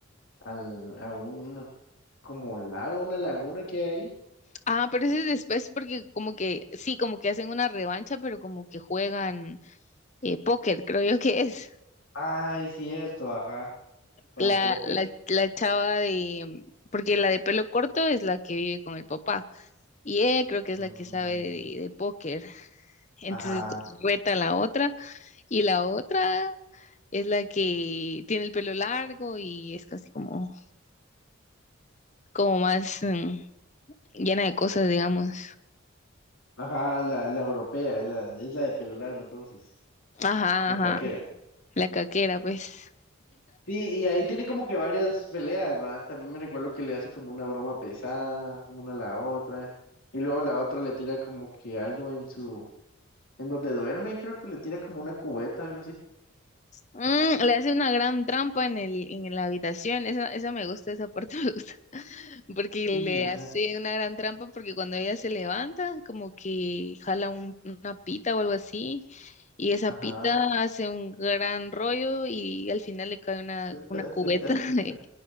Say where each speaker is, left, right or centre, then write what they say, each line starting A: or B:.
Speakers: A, on the left; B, on the left.
A: al, a un como lago, una laguna que hay.
B: Ah, pero
A: Y-
B: ese es después porque como que, sí, como que hacen una revancha, pero como que juegan eh, póker, creo yo que es.
A: Ah, es cierto, ajá. Juegan
B: La,
A: póker.
B: la, la chava de, mm, porque la de pelo corto es la que vive con el papá. Y ella creo que es
A: Mm,
B: la que sabe de, de póker. Entonces
A: ajá.
B: reta a la otra. Y la otra es la que tiene el pelo largo y es casi como, como más mm, llena de cosas, digamos.
A: Ajá, la, la europea, es la, es la de pelo largo entonces,
B: Ajá,
A: la
B: ajá.
A: caquera.
B: La caquera, pues.
A: Sí, y ahí tiene como que varias peleas, ¿va? También me recuerdo que le hace como una broma pesada, una a la otra, y luego la otra le tira como que algo en su, en donde duerme, creo que le tira como una cubeta, algo así.
B: Mm, le hace una gran trampa en el, en la habitación. Esa, esa me gusta, esa parte <laughs> me gusta. Porque
A: Sí,
B: le
A: ajá,
B: hace una gran trampa porque cuando ella se levanta, como que jala un- una pita o algo así. Y esa
A: ajá,
B: pita hace un gran rollo y al final le cae una, una
A: <laughs>
B: cubeta <laughs> de-